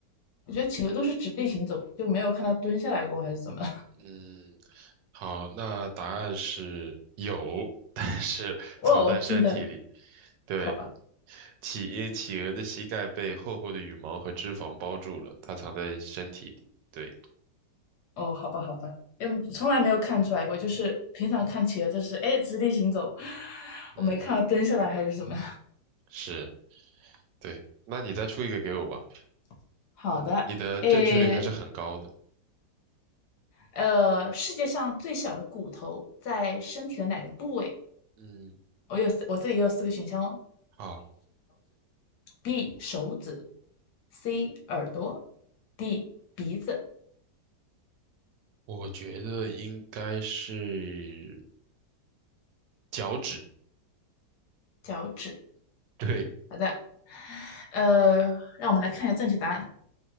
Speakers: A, on the left; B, on the right.
A: 我觉得企鹅都是直立行走，就没有看它蹲下来过还是怎么？
B: 嗯，好，那答案是有，但是
A: <laughs>
B: <laughs>
A: 哦，
B: 藏在身体里。
A: 我听的
B: 对，
A: 好吧，
B: 企，因为企鹅的膝盖被厚厚的羽毛和脂肪包住了，它藏在身体里。对，
A: 哦，好吧，好吧，嗯，从来没有看出来过，就是平常看企鹅就是哎直立行走，
B: 嗯，
A: 我没看到蹲下来还是怎么。
B: 是，对。那你再出一个给我吧，
A: <laughs> 好的，
B: 你的正确率还是很高的。
A: 哎呃，世界上最小的骨头在身体的哪个部位？
B: 嗯。
A: 我有四，我这里也有四个选项哦。
B: 啊，
A: B 手指，C 耳朵，D 鼻子、
B: 我觉得应该是脚趾。
A: 脚趾。
B: 对
A: 好的，呃，让我们来看一下正确答案。